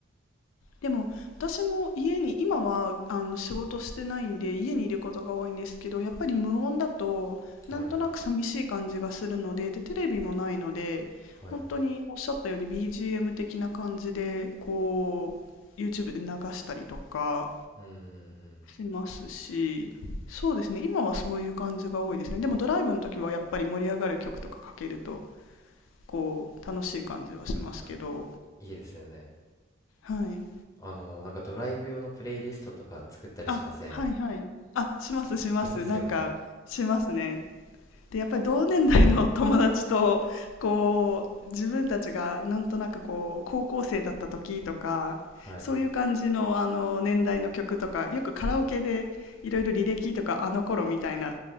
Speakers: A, on the left; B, on the left.
A: でも私も家に今はあの仕事してないんで家にいることが多いんですけどやっぱり無音だとなんとなく寂しい感じがするので、
B: はい。
A: でテレビもないので本当におっしゃったように
B: はい。
A: BGM 的な感じでこう YouTube で流したりとか
B: うんうんうん。
A: しますしそうですね今はそういう感じが多いですねでもドライブの時はやっぱり盛り上がる曲とかかけるとこう楽しい感じはしますけど
B: あ、いいですよね。
A: はい
B: あの、なんかドライブ用のプレイリストとか作ったりしません
A: あ、はいはい。あ、しますします。
B: しますよね。
A: なんか、しますね。で、やっぱり同年代の <laughs> 友達と、こう、自分たちがなんとなくこう、高校生だった時とか、
B: はい。
A: そういう感じの、あの、年代の曲とか、よくカラオケでいろいろ履歴とか、あの頃みたいな